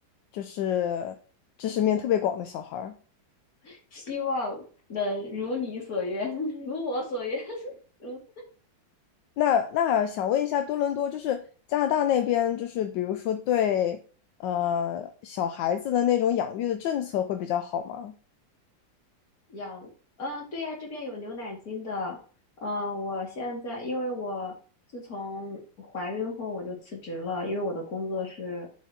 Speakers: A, on the left (about 75°); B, on the left (about 50°).
A: 就是知识面特别广的小孩儿。
B: <laughs> 希望能如你所愿，<laughs> 如我所愿，<laughs> 如。
A: 那那想问一下，多伦多就是加拿大那边，就是比如说对呃小孩子的那种养育的政策会比较好吗？
B: 养，嗯，对呀，这边有牛奶金的。嗯，我现在因为我自从怀孕后我就辞职了，因为我的工作是，